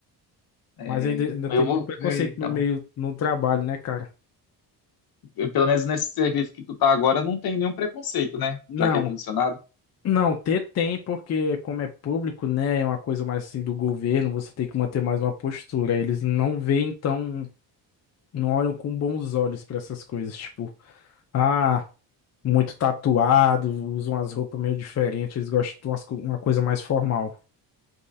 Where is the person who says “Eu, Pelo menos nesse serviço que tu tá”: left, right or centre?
Left